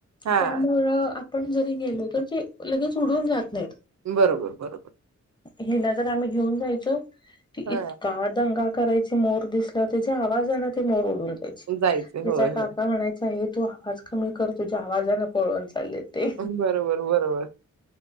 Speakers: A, on the right (about 65°); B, on the left (about 15°).
A: हां,
B: त्यामुळ आपण जरी गेलो तर ते लगेच उडून जात नाही
A: बरोबर बरोबर
B: हिला तर आम्ही घेऊन जायचो ती
A: हां,
B: इतका दंगा करायची मोर दिसला त्या आवाज आहे ना ते मोर डून द्यायची
A: जायचं. होय,
B: त्या
A: होय.
B: काका म्हणाय तू आवाज कमी कर तोझ्या आवाजने पळून चालले ते
A: बरोबर, बरोबर.